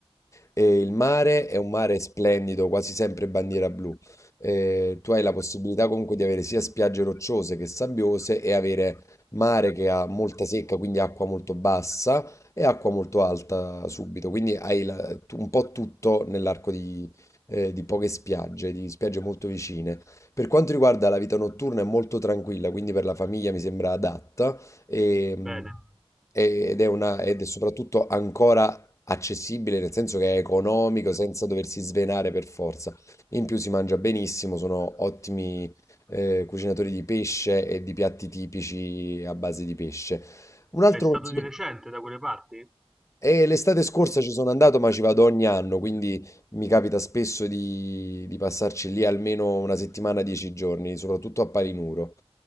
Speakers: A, on the left; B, in the centre.
A: E il mare è un mare splendido, quasi sempre bandiera blu. Eh, tu hai la possibilità comunque di avere sia spiagge rocciose che sabbiose e avere mare che ha molta secca, quindi acqua molto bassa e acqua molto alta subito. Quindi hai la- tu- un po' tutto nell'arco di, eh, di poche spiagge, di spiagge molto vicine. Per quanto riguarda la vita notturna è molto tranquilla, quindi per la famiglia mi sembra adatta e-
B: Bene.
A: e- ed è una, ed è soprattutto ancora accessibile, nel senso che è economico, senza doversi svenare per forza. In più si mangia benissimo, sono ottimi eh, cucinatori di pesce e di piatti tipici a base di pesce. Un
B: Sei
A: altro
B: stato
A: consiglio.
B: di recente da quelle parti?
A: E l'estate scorsa ci sono andato, ma ci vado ogni anno, quindi mi capita spesso di, di passarci lì almeno una settimana, dieci giorni, soprattutto a Palinuro.